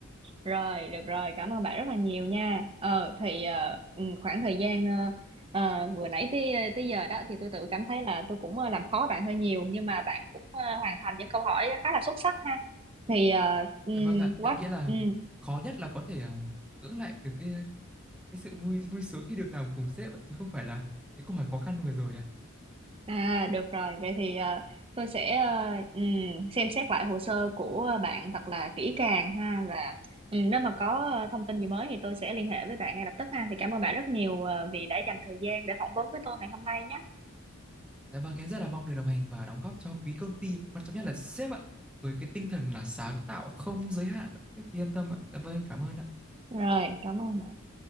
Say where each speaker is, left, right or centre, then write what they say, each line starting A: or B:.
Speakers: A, on the right (about 25°); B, in the centre.
A: rồi được rồi cảm ơn bạn rất là nhiều nha ờ thì ờ, ừ, khoảng thời gian ờ, ờ, vừa nãy tới ờ, tới giờ đó thì tôi tự cảm thấy là tôi cũng ờ, làm khó bạn hơi nhiều nhưng mà bạn cũng ờ, hoàn thành những câu hỏi khá là xuất sắc ha thì ờ, ừ,
B: Dạ vâng ạ,
A: quá
B: em nghĩ là
A: ừ,
B: khó nhất là có thể ờ, cưỡng lại được cái cái sự vui vui sướng khi được làm cùng sếp ạ, chứ không phải là những câu hỏi khó khăn vừa rồi ạ.
A: À được rồi, vậy thì ờ, tôi sẽ ờ, ừm, xem xét lại hồ sơ của bạn thật là kỹ càng ha và ừm, nếu mà có ờ, thông tin gì mới thì tôi sẽ liên hệ với bạn ngay lập tức ha. Thì cảm ơn bạn rất nhiều ờ, vì đã dành thời gian để phỏng vấn với tôi ngày hôm nay nhé.
B: Dạ vâng, em rất là mong được đồng hành và đóng góp cho quý công ty, quan trọng nhất là sếp ạ, với cái tinh thần là sáng tạo không giới hạn ạ. Sếp cứ yên tâm ạ. Dạ vâng, em cảm ơn ạ.
A: Rồi, cảm ơn bạn.